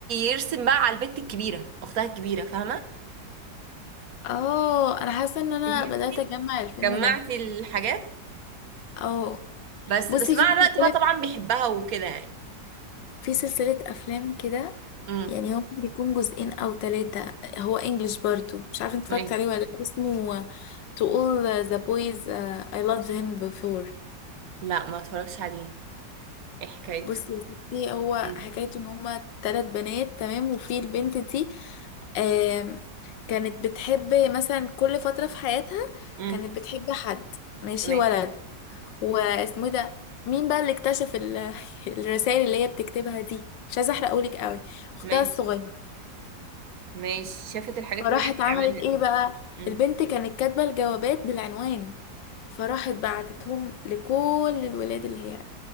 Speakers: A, on the right; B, on the left.
A: يرسم بقى على البت الكبيره اختها الكبيره فاهمه
B: اه انا حاسه ان انا
A: فهمتي
B: بدات اجمع الفيلم
A: جمعتي
B: ده
A: الحاجات
B: اه
A: بس
B: بصي
A: بس مع
B: في
A: الوقت
B: سلسلة
A: بقى طبعا بيحبها وكده يعني
B: في سلسلة أفلام كده
A: امم
B: يعني هو ممكن يكون جزئين أو ثلاثة هو انجلش برضو مش عارفة انت اتفرجت
A: ما ايه
B: عليه ولا لأ، اسمه To All the Boys uh, I Loved Him Before
A: لا ما اتفرجش عليه ايه حكايته
B: بصي يا ستي هو
A: امم
B: حكايته ان هما ثلاث بنات تمام وفي البنت دي آم، كانت بتحب مثلا كل فترة في حياتها
A: امم
B: كانت بتحب حد ماشي
A: تمام
B: ولد واسمه إيه ده مين بقى اللي اكتشف ال- <laughs> الرسائل اللي هي بتكتبها دي مش عايزه احرقهولك قوي اختها
A: ماشي
B: الصغيره
A: ماشي شافت الحاجات
B: فراحت
A: اللي هي
B: عملت
A: بتعملها
B: ايه
A: دي
B: بقى
A: امم
B: البنت كانت كاتبه الجوابات بالعنوان فراحت بعتتهم لكل الولاد اللي هي